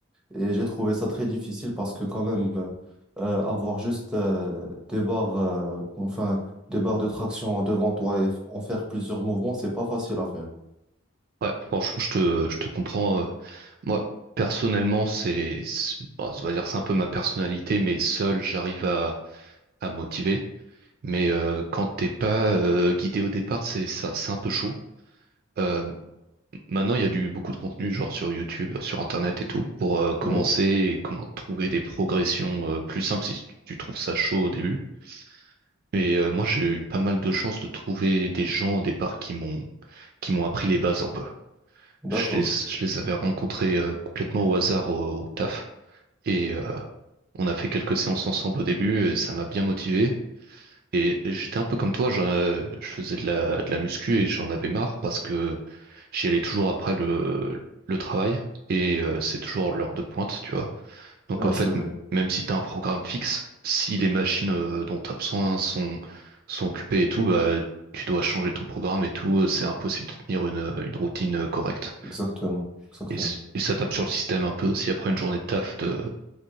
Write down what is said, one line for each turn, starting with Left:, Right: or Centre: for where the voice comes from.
Centre: Et j'ai trouvé ça très difficile parce que quand même, euh, avoir juste euh, des barres, euh, enfin, des barres de traction devant toi et f- en faire plusieurs mouvements, c'est pas facile à faire.
Right: ouais, franchement, je te, je te comprends. euh, Moi, personnellement, c'est, c'est- bon, ça va dire que c'est un peu ma personnalité, mais seul, j'arrive à, à motiver. Mais euh, quand t'es pas euh, guidé au départ, c'est ça, c'est un peu chaud. Euh, maintenant, il y a du beaucoup de contenu, genre sur YouTube, sur Internet et tout, pour euh, commencer
Centre: Oui,
Right: et comment trouver des progressions euh, plus simples si tu trouves ça chaud au début. Et euh, moi, j'ai eu pas mal de chance de trouver des gens au départ qui m'ont qui m'ont appris les bases un peu.
Centre: d'accord.
Right: Je les, je les avais rencontrés euh, complètement au hasard au, au taf. Et euh, on a fait quelques séances ensemble au début, et ça m'a bien motivé. Et j'étais un peu comme toi, j'en- euh, je faisais de la, de la muscu et j'en avais marre parce que j'y allais toujours après le, le travail. Et euh, c'est toujours l'heure de pointe, tu vois. Donc
Centre: Ouais,
Right: en fait,
Centre: c'est vrai.
Right: m- même si tu as un programme fixe, si les machines euh, dont tu as besoin sont, sont occupées et tout, bah, tu dois changer ton programme et tout, euh, c'est impossible de tenir une, euh, une routine euh, correcte.
Centre: Exactement. Exactement.
Right: Et, c- et ça tape sur le système un peu aussi après une journée de taf de